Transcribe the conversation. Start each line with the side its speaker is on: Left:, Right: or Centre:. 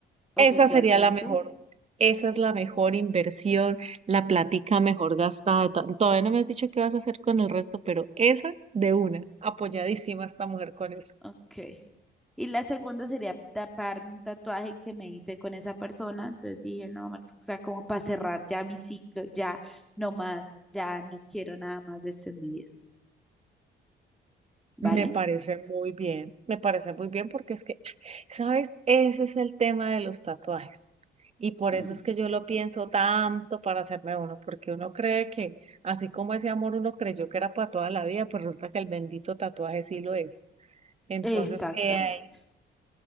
Centre: oficialmente
Right: Esa sería la mejor. Esa es la mejor inversión, la plática mejor gastada. de to- Todavía no me has dicho qué vas a hacer con el resto, pero esa de una, apoyadísima esta mujer con eso.
Centre: Ok. Y la segunda sería taparme un tatuaje que me hice con esa persona. Entonces dije, no, Marce, o sea, como para cerrar ya mi ciclo, ya no más, ya no quiero nada más de esto en mi vida, ¿vale?
Right: Me parece muy bien, me parece muy bien porque es que, ¿sabes? Ese es el tema de los tatuajes. Y por
Centre: Mm,
Right: eso es que yo lo pienso tanto para hacerme uno, porque uno cree que, así como ese amor uno creyó que era para toda la vida, pues resulta que el bendito tatuaje sí lo es. Entonces,
Centre: exactamente.
Right: eh, ahí,